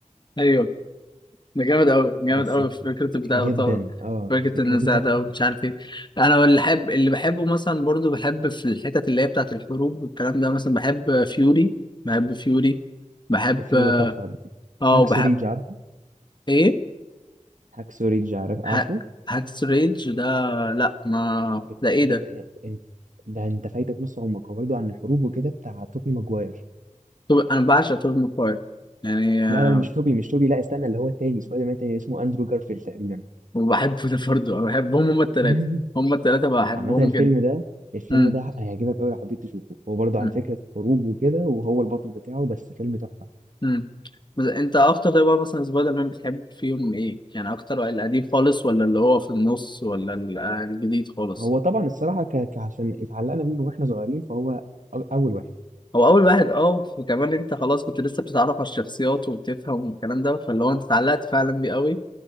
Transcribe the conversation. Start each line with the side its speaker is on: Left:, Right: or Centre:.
Left: ايوه ده جامد قوي جامد
Right: بس
Left: قوي في فكره البتاع
Right: جدا
Left: ده طبعا
Right: اه
Left: فكره
Right: فكرته
Left: النزاع
Right: تحفه
Left: ده ومش عارف ايه انا اللي بحب اللي بحبه مثلا برضو بحب في الحتت اللي هي بتاعه الحروب والكلام ده مثلا بحب فيوري بحب فيوري بحب
Right: الفيلم ده تحفة
Left: اه
Right: هاكسو
Left: وبحب
Right: ريدج عارفه
Left: ايه
Right: هاكسو ريدج عارف عارفه
Left: ه- هاكس ريج ده لا ما
Right: بت...
Left: ده ايه
Right: ب...
Left: ده
Right: انت- ده انت فايتك نص عمرك هو برضه عن الحروب وكده بتاع توبي ماجواير
Left: طب انا بعشق توب ماكواير يعني آه،
Right: لا لا لا مش توبي مش توبي لا استنى اللي هو التاني سبايدر مان التاني اسمه اندرو جارفيلد تقريبا
Left: وبحبه ده برضه انا بحبهم هما التلاتة
Right: <laughs>
Left: هما التلاتة بحبهم
Right: عامة الفيلم
Left: جدا
Right: ده الفيلم
Left: امم
Right: ده هيعجبك أوي لو حبيت تشوفه هو برضه
Left: إمم.
Right: عن فكرة حروب وكده وهو البطل بتاعه بس فيلم تحفة
Left: امم بس انت اكتر طيب بقى مثلا سبايدر مان بتحب فيهم ايه يعني اكتر واحد القديم خالص ولا اللي هو في النص ولا ال- آه، الجديد خالص
Right: هو طبعا الصراحة ك... ك... عشان اتعلقنا بيه من واحنا صغيرين فهو أو- أول واحد
Left: هو اول واحد اه وكمان انت خلاص كنت لسه بتتعرف على الشخصيات وبتفهم والكلام ده فاللي هو انت اتعلقت فعلا بيه قوي